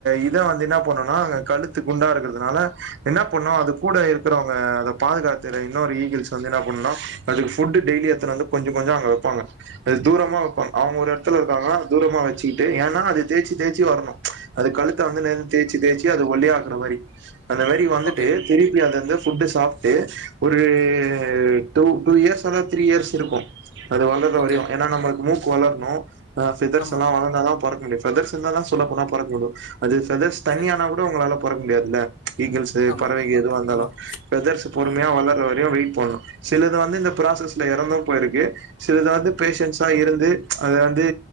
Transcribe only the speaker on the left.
ஓகே
ஓகே
ஆமா
சரி
ஆமா
ஆமா
ஆமா
ஆமா